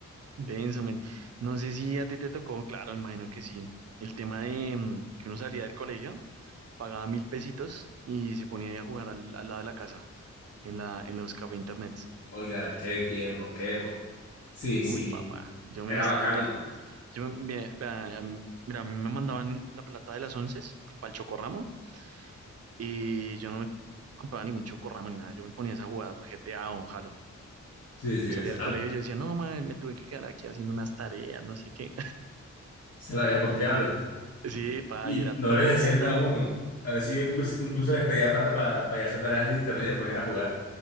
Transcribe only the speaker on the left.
Oiga, qué tiempo, qué época. Sí,
sí,
era
bacano.
Sí, sí,
o sea,
se la veía confiable.
Y
no
les decían
a uno. A veces yo incluso, incluso les pedía plata para para hacer tareas al internet y me ponían a jugar.